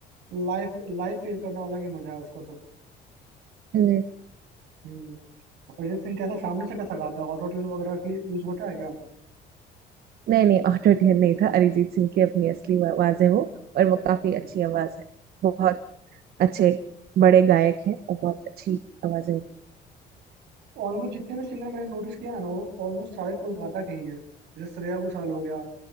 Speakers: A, on the right (about 75°); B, on the right (about 60°).
A: लाइफ लाइफ फील करना अलग ही मजा है उसका तो
B: हम्म,
A: हम्म अरिजीत सिंह कैसा सामने से कैसा गाता है ऑटो ट्यून वगैरह की यूज होता है क्या
B: नहीं नहीं ऑटो ट्यून नहीं था अरिजीत सिंह की अपनी असली आवाज है वो और वो काफी
A: अच्छा
B: अच्छी आवाज है बहुत अच्छे बड़े गायक हैं और बहुत अच्छी आवाजें हैं।
A: ऑलमोस्ट जितने भी सिंगर मैंने नोटिस किया है ना वो ऑलमोस्ट सारे कोलकाता के ही हैं जैसे श्रेया घोषाल हो गया